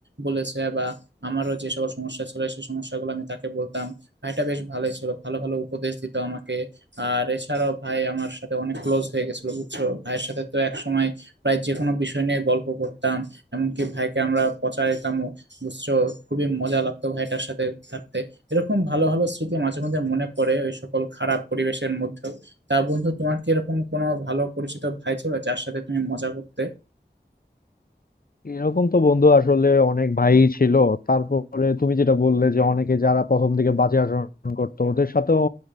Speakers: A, on the right (about 75°); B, on the left (about 55°).
A: বলেছে বা আমারও যে সকল সমস্যা ছিল সেই সমস্যাগুলো আমি তাকে বলতাম ভাইটা বেশ ভালোই ছিল ভালো ভালো উপদেশ দিত আমাকে আর এছাড়াও ভাই আমার সাথে অনেক ক্লোজ হয়ে গেছিল বুঝছো ভাইয়ের সাথে তো এক সময় প্রায় যে কোনো বিষয় নিয়ে গল্প করতাম এমনকি ভাইকে আমরা পচা দিতামও বুঝছো খুবই মজা লাগতো ভাইটার সাথে থাকতে এরকম ভালো ভালো স্মৃতি মাঝে মধ্যে মনে পড়ে ওই সকল খারাপ পরিবেশের মধ্যেও তা বন্ধু তোমার কি এরকম কোনো ভালো পরিচিত ভাই ছিল যার সাথে তুমি মজা করতে
B: এরকম তো বন্ধু আসলে অনেক ভাই ছিল তারপরে তুমি যেটা বললে যে অনেকে যারা প্রথম দিকে বাজে আচরণ করতো ওদের সাথেও